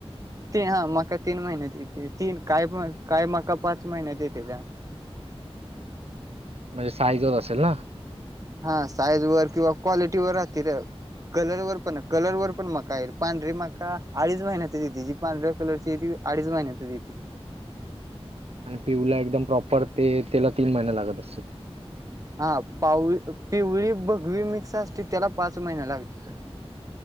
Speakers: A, on the right (about 35°); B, on the right (about 70°).
A: ती हा मका तीन महिन्यात तीन का काही मका पाच महिन्यात येते
B: ह म्हणजे साईजवर असेल ना
A: हा साईज वर किंवा कॉलिटी वर राहते र कलर वर पण कलर वर पण मका पांढरी मका अडीच महिन्यातज येते जी पांढऱ्या कलरची येती अडीच महिन्यात येते
B: आणि पिऊला एकदम प्रॉपर ते त्याला तीन महिने लागत असेते
A: हा पाऊळी पिवळी बघवी मिक्स असते त्याला पाच महिना लागतील